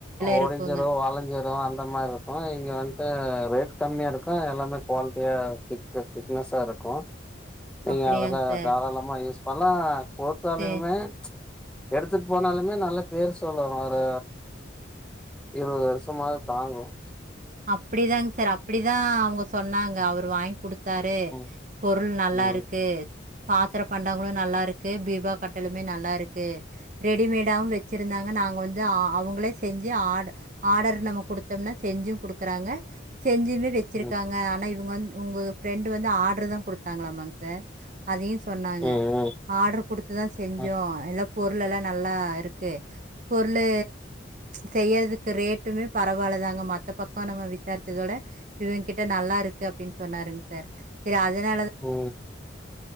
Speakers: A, in the centre; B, on the right.
A: ஒடிஞ்சிரும்
B: இருக்குங்க.
A: வளைஞ்சிரும் அந்த மாரி இருக்கும் இங்க வந்து ரேட் கம்மியா இருக்கும் எல்லாமே குவாலிட்டியா திக்ன திக்னஸ்ஸா இருக்கு நீங்க
B: அப்படியாங்க
A: அதுல
B: சார்.
A: தாராளமா யூஸ் பண்ணலா குடுத்தாலயுமே
B: சரி.
A: எடுத்துட்டு போனாலுமே நல்ல பேரு சொல்லு ஒரு இருவது வருஷமாது தாங்கும்
B: அப்டிதாங்க சார் அப்டிதான் அவுங்க சொன்னாங் அவரு வாங்கி குடுத்தாரு
A: ம்
B: பொருள் நல்லா
A: ம்
B: இருக்கு பாத்திர பண்டங்களு நல்லா இருக்கு பீர்வா கட்டலுமே நல்லா இருக்கு ரெடிமேடாவும் வச்சிருந்தாங்க நாங்க வந்து அவங்களே செஞ்சு ஆட ஆர்டர் நம்ம குடுத்தோம்னா செஞ்சும் குடுக் க்கறாங்க செஞ்சுமே வச்சிருக்காங்க
A: ம்
B: ஆனா இவ் உங்க வந்து உங்க ஃப்ரெண்டு வந்து ஆடர் தா குடுத்தாங்களாமா சார் அதயு சொன்னாங்க
A: ம்
B: ஆர்டரு குடுத்துதான் செஞ்சோம்
A: ம்
B: எல்லா பொருள்லெல்லா நல்லா இருக்கு பொருளு செய்யறதுக்கு ரேட்டுமே பரவாயில்லதாங்க மத்த பக் ப நம்ம விசாரிச்சதோட இவங்க கிட்ட நல்லா இருக்கு அப்டின்னு சொன்னாருங் சார் சரி அதனாலதா
A: ம்